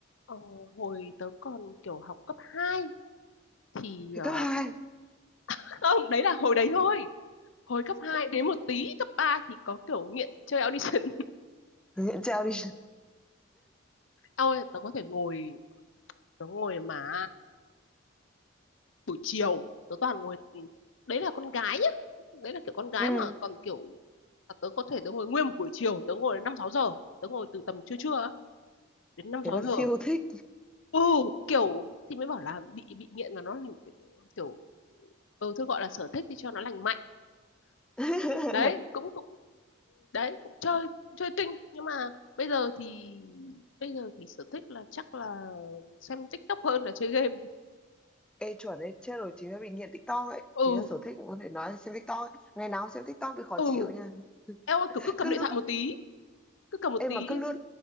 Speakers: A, on the left (about 70°); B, in the centre.
A: ờ, hồi tớ còn kiểu học cấp 2 thì
B: thế
A: ờ,
B: cấp hai
A: <laughs> không đấy là hồi đấy thôi hồi cấp 2 đến một tí cấp 3 thì có kiểu nghiện chơi audition
B: <laughs> nghiện treo đi
A: <laughs> ôi tớ có thể ngồi tớ ngồi mà buổi chiều tớ toàn ngồi ừ, đấy là con gái nhá đấy là kiểu con gái
B: ừ
A: mà còn kiểu tớ có thể tớ ngồi nguyên một buổi chiều tớ ngồi đến năm sáu giờ tớ ngồi từ tầm trưa trưa á, đến năm
B: thế
A: sáu
B: là siêu
A: giờ
B: thích
A: ừ kiểu thì mới bảo là bị bị nghiện mà nó thành kiểu, kiểu ừ thôi gọi là sở thích thì cho nó lành mạnh
B: <laughs>
A: đấy cũng cũng đấy cũng chơi chơi kinh nhưng mà bây giờ thì bây giờ thì sở thích là chắc là xem TikTok hơn là chơi game
B: Ê chuẩn ấy, chết rồi, chính là bị nghiện TikTok ấy
A: ừ
B: Chính là sở thích cũng có thể nói là xem TikTok ấy. Ngày nào cũng xem TikTok bị khó
A: ừ
B: chịu nha
A: eo ơi, kiểu cứ cầm
B: Cứ
A: điện
B: lướt,
A: thoại một tí cứ cầm một
B: em
A: tí
B: mà cứ lướt,